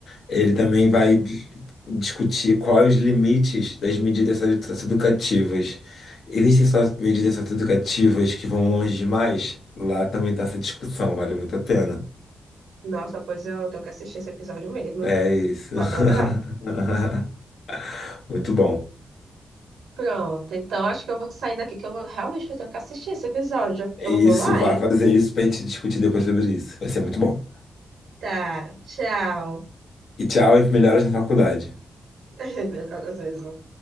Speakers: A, on the left; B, on the right.
A: ele também vai d- discutir quais os limites das medidas soci- socioeducativas. Existem só medidas socioeducativas que vão longe demais? Lá também está essa discussão, vale muito a pena.
B: Nossa, pois eu tenho que assistir esse episódio mesmo.
A: É isso.
B: Vou Adorar.
A: <laughs> Muito bom.
B: Pronto, então acho que eu vou sair daqui, que eu vou realmente eu tenho que assistir esse episódio.
A: É
B: Eu
A: Isso,
B: vou lá,
A: vá
B: hein?
A: fazer isso pra gente discutir depois sobre isso. Vai ser muito bom.
B: Tá, tchau.
A: E tchau e melhoras na faculdade.
B: <laughs> Meu Deus mesmo.